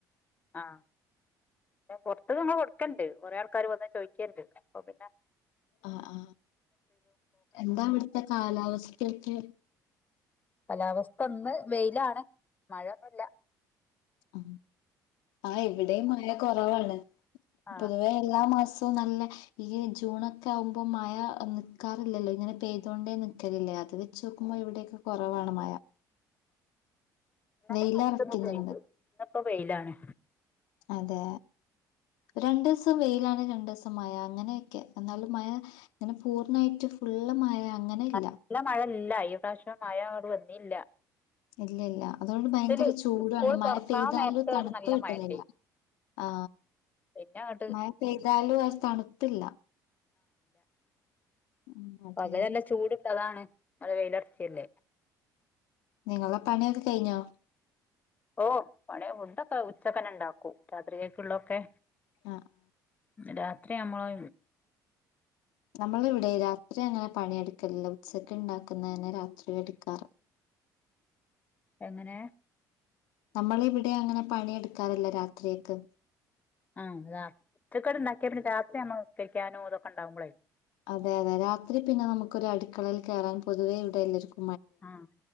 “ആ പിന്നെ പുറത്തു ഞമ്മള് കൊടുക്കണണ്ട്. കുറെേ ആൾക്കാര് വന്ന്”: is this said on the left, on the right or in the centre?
Left